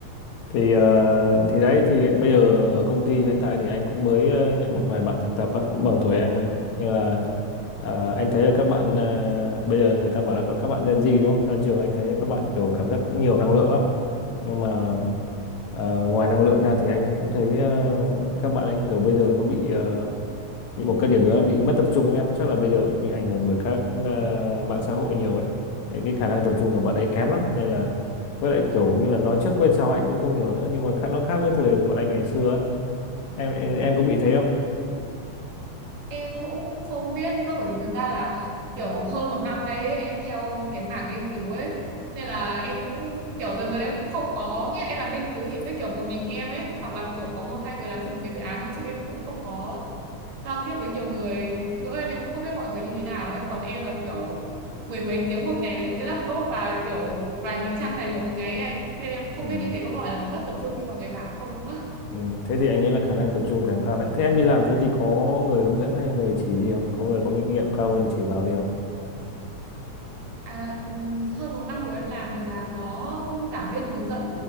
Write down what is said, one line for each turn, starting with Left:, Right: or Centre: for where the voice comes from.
Left: thì ờ, thì đấy thì hiện bây giờ ở công ty hiện tại thì anh cũng mới ờ, nhận một vài bạn thực tập á, cũng bằng tuổi em á nhưng mà ờ, anh thấy là các bạn ờ, bây giờ người ta bảo là có các bạn Gen Z đúng không ra trường anh thấy các bạn kiểu cảm giác cũng nhiều năng lượng lắm nhưng mà ờ, ngoài năng lượng ra thì anh cũng thấy ờ, các bạn anh kiểu bây giờ nó bị ờ, nhưng một cái điểm nữa là bị mất tập trung em chắc là bây giờ bị ảnh hưởng bởi các ờ, mạng xã hội nhiều ấy Đấy, cái khả năng tập trung của bạn ấy kém lắm nên là với lại kiểu như là nói trước quên sau anh cũng không hiểu nữa nhưng mà khác nó khác với thời bọn anh ngày xưa á. em em, em có bị thế không
Right: em cũng không biết nữa bởi vì thực ra là kiểu hơn một năm nay ấy, em theo cái mảng nghiên cứu ấy nên là em cũng kiểu dần dần em cũng không có nghĩa là em làm nghiên cứu thì sẽ kiểu một mình em ấy hoặc là kiểu có một hai người làm chung một cái dự án thôi chứ em cũng không có giao tiếp với nhiều người nữa nên em cũng không biết mọi người như thế nào ấy còn em là kiểu mười mấy tiếng một ngày với cái laptop và kiểu vài nghìn trang tài liệu một ngày ấy anh nên em
Left: Ừ.
Right: cũng không biết như thế có gọi là mình mất tập trung như mọi người bảo không nữa
Left: ừ. thế thì anh nghĩ là khả năng tập trung kém cao đấy thế em đi làm thế thì có người hướng dẫn hay người chỉ gì không có người có kinh nghiệm cao hơn chỉ bảo gì không
Right: À, ừm, hơn một năm rồi em làm thì là có giảng viên hướng dẫn